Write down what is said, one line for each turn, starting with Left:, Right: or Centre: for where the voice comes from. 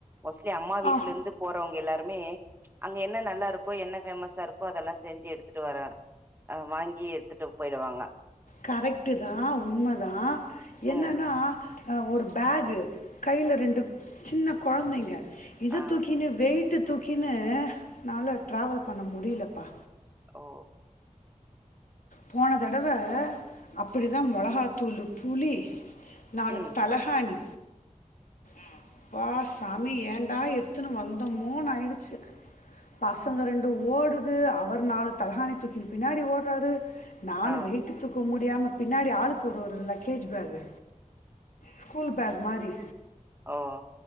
Right: மோஸ்லி அம்மா வீட்லெந்து
Left: ஆ
Right: போறவங்க எல்லாருமே அங்க என்ன நல்லாருக்கோ என்ன ஃபேமஸாருக்கோ அதெல்லா செஞ்சு எடுத்துட்டு வர அ வாங்கி எட்த்துட்டு போய்டுவாங்க
Left: கரெக்டுதா உண்மதா என்னன்னா
Right: ம்
Left: அ ஒருபேகு கைல ரெண்டு சின்ன கொழந்தைங்க இத
Right: ஆ
Left: தூக்கினு வெயி ட்டு தூக்கினு என்னால ட்ராவல் பண்ண முடியலப்பா
Right: ஓ
Left: போன தடவ அப்புடிதா மொளகாத்தூளு புளி நாலு
Right: ம்
Left: தலஹாணி ம் ப்பா சாமி ஏன்டா எட்த்துன்னு வந்தமோன்னு ஆயிடுச்சு பசங்க ரெண்டும் ஓடுது அவர் நாலு தலகாணி தூக்கின்னு பின்னாடி ஓட்றாரு நானும்
Right: ஆ
Left: வெய்ட்டு தூக்க முடியாம பின்னாடி ஆளுக்கு ஒரு ஒரு லக்கேஜ் பேகு ஸ்கூல் பேக் மாறி
Right: அவா